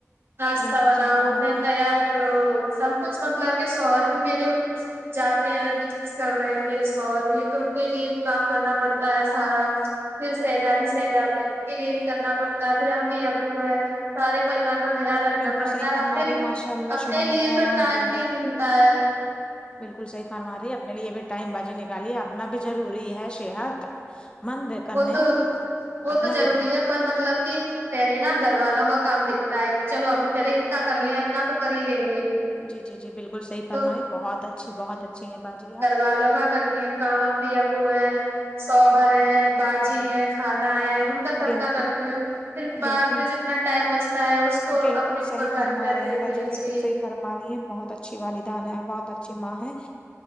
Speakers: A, on the right; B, on the left.
A: ناشتہ
B: بالکل
A: بناؤ
B: صحیح فرما
A: پھر
B: رہے ہیں
A: تیار کرو سب کچھ مطلب کہ سور نے میرے جاتے ہیں بجنس کر رہے ہیں میرے شوہر انکو کے لیے بھی کام کرنا پڑتا ہے سارا پھر سہزابی سہزابی ان کے لیے بھی کرنا پڑتا ہے پھر امی ابو ہے سارے پریوار کا خیال رکھنا
B: بالکل
A: پڑتا
B: صحیح فرما
A: ہے اپنے
B: رہے ہیں، ماشاء اللہ
A: اپنے
B: شبحان اللہ
A: لیے تو
B: الحمد
A: ٹائم
B: للہ
A: نہیں ملتا ہے
B: بالکل صحیح فرما رہی ہے اپنے لیے بھی ٹائم باجی نکالیے اپنا بھی ضروری ہے صحت مندند کر
A: وہ تو
B: آ
A: وہ
B: اپنا
A: تو ضروری
B: بھی بہت
A: ہے پر مطلب کہ پہلے نا گھر والوں کا کام دیکھتا ہے کہ چلو ا پہلے ان کا کر لیں اپنا تو کر ہی لیں گے
B: جی جی جی بالکل صحیح فرمائی
A: تو
B: بہت اچھی بہت اچھی ہیں باجی آپ
A: <unintelligible> تی ہوں گاوا امی ابو ہے سوہر ہے باچی
B: بالکل
A: ہے کھانا ہے ان کا سب
B: بالکل
A: کرتے ہو پھر بعد
B: بالکل
A: میں جو اتنا ٹائم بچتا ہے اس کو
B: بالکل
A: اپنے
B: صحیح
A: اوپر خرچ
B: فرما
A: کر
B: رہے
A: لیتے
B: ہیں باجی بالکل
A: جی
B: صحیح فرما رہی ہیں بہت اچھی والدین ہے بہت اچھا اچھی ماں ہے